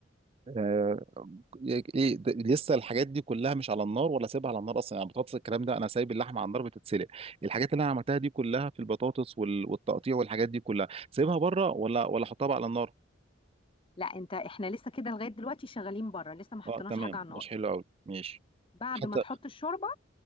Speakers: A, on the right; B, on the left.
A: آه، ايه ده- لسه الحاجات دي كلها مش على النار ولا سايبها على النار اصلا يعني البطاطس الكلام ده انا سايب اللحمه على النار بتتسلق الحاجات اللي انا عملتها دي كلها في البطاطس وال- والتقطيع والحاجات دي كلها سايبها بره ولا ولا احطها بقى على النار
B: لا انت احنا لسه كده لغاية دلوقتي شغالين بره لسه ما حطيناش
A: اه تمام
B: حاجة على النار
A: مش حلو قوي ماشي
B: بعد
A: حتى
B: ما تحط الشوربة